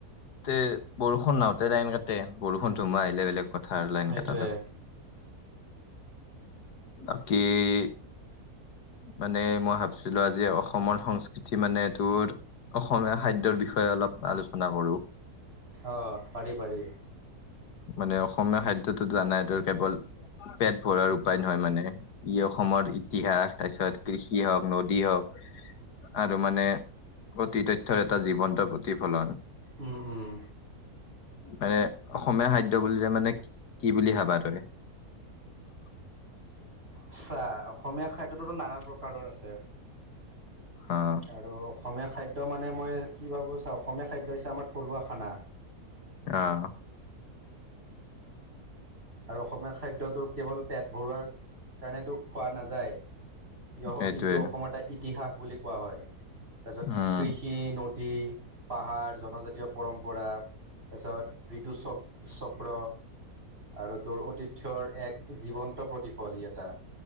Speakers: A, on the left; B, on the right.
A: তে বৰষুণ নাওঁতে লাইন কাটে বৰষুণ ধোমা আহিলে বেলেগ কথা আৰু লাইন
B: সেইটোৱে
A: কটাটো। বাকী -- মানে মই ভাবছিলো আজি অসমৰ সংস্কৃতি মানে তোৰ অসমীয়া খাদ্যৰ বিষয়ে অলপ আলোচনা কৰো।
B: অঁ পাৰি পাৰি।
A: মানে অসমীয়া খাদ্যটো জোৱা নাই তোৰ কেৱল পেট ভৰাৰ উপায় নহয় মানে ই অসমৰ ইতিহাস। তাৰপিছত কৃষি হওক নদী হওক আৰু মানে অতি তথ্যৰ এটা জীৱন্ত প্ৰতিফলন
B: উম উম।
A: মানে অসমীয়া খাদ্য বুলিলে মানে কি বুলি ভাবা তই? <unintelligible>
B: আচ্ছা অসমীয়া খাদ্যটোতো নানান প্ৰকাৰৰ আছে
A: অ
B: আৰু অসমীয়া খাদ্য খাদ্য মানে মই কি ভাবো চাওঁ অসমীয়া খাদ্য হৈছে আমাৰ থলুৱা খানা
A: আহ।
B: আৰু অসমীয়া খাদ্যটো কেৱল পেট ভৰোৱাৰ কাৰণেতো খোৱা নাযায়। ই
A: সেইটোৱে
B: ইটো অসমৰ এটা ইতিহাস বুলি কোৱা হয় তাৰপিছত
A: উম
B: কৃষি নদী পাহাৰ জনজাতীয় পৰম্পৰা তাৰপিছত ঋতু চক্ৰ। আৰু তোৰ অতিথ্যৰ এক জীৱন্ত প্ৰতিফল ই এটা।